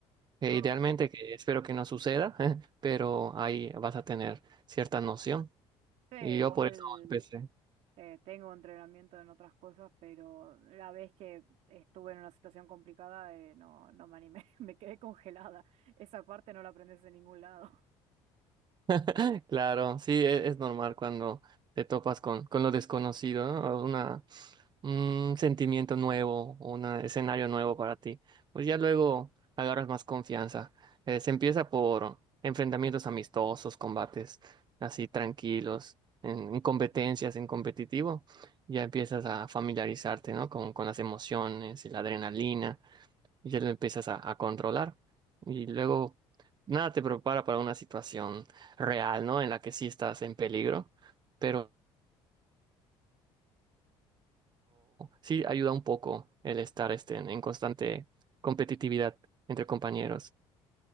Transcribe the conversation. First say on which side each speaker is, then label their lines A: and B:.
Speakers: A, on the right; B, on the right.
A: E
B: Ah,
A: idealmente, que espero que no suceda, <laughs> pero ahí vas a tener cierta noción.
B: sí, igual
A: Y yo por eso empecé.
B: eh, tengo entrenamiento en otras cosas, pero la vez que estuve en una situación complicada eh, no, no me animé, <laughs> me quedé congelada. Esa parte no la aprendes en ningún lado.
A: <laughs> Claro, sí, e- es, normal cuando te topas con, con lo desconocido, ¿no? Una, un sentimiento nuevo, un escenario nuevo para ti. Pues ya luego agarras más confianza. Eh, se empieza por enfrentamientos amistosos, combates así tranquilos, en, en competencias, en competitivo. Ya empiezas a familiarizarte, ¿no? Con, con las emociones y la adrenalina y ya lo empiezas a, a controlar. Y luego nada te prepara para una situación real, ¿no? En la que sí estás en peligro, pero sí ayuda un poco el estar este, en, en constante competitividad entre compañeros.